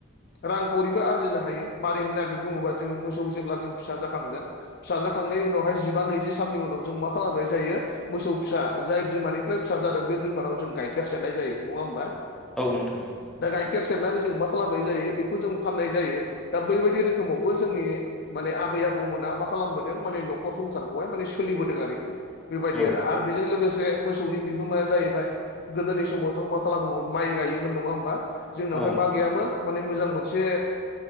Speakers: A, on the left (about 50°); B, in the centre.
A: रांखावरिबो आरजिनो हायो मारै होननानै बुङोबा जोङो मोसौ जेब्ला जों फिसा जाखांगोन। फिसाजाखांनायनि उनावहाय जिबा नैजि साननि उनाव जों मा खालामनाय जायो। मोसौ फिसा जाय बिमानिफ्राय फिसा जादों बे बिमानाव जों गाइखेर सेरनाय जायो नङा होमबा।
B: औ नोंथां।
A: दा गाइखेर सेरनानै जों मा खालामनाय जायो बेखौ जों फाननाय जायो दा बैबायदि रोखोमावबो जोंनि। माने आबै आबौमोना मा खालामबोदों माने नखर संसारखौहाय माने सोलिबोदों आरोखि। बेबायदि
B: औ
A: आरो बेजों लोगोसे मोसौनि बिहोमाया जाहैबाय गोदोनि समाव जों मा खालामोन माइ गायो। नङा होमबा जोंनावहाय
B: औ नोंथां
A: मा गैयामोन माने मोजां मोनसे।